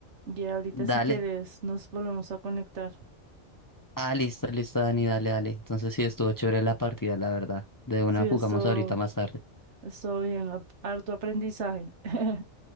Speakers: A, on the right (about 70°); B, on the left (about 25°).
A: Y ahorita si
B: Dale.
A: quieres nos volvemos a conectar.
B: Ah, listo, listo, Dani, dale, dale. Entonces sí, estuvo chévere la partida, la verdad. De una
A: Sí, esto,
B: jugamos ahorita más tarde.
A: estoy en harto aprendizaje. <laughs>